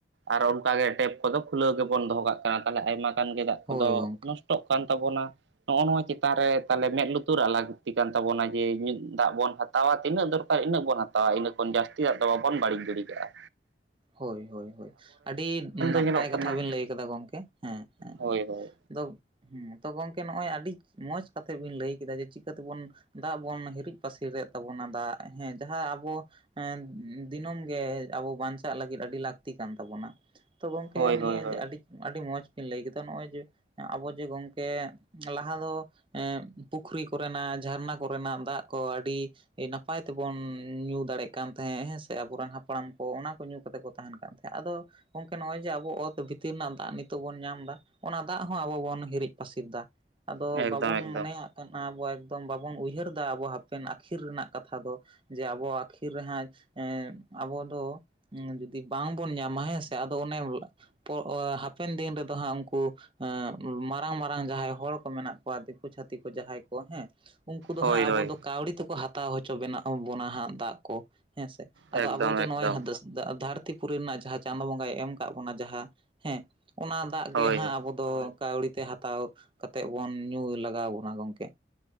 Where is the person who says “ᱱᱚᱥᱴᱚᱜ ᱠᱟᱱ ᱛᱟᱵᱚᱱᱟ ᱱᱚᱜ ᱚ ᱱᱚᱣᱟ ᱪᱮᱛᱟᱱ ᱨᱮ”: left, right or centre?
Right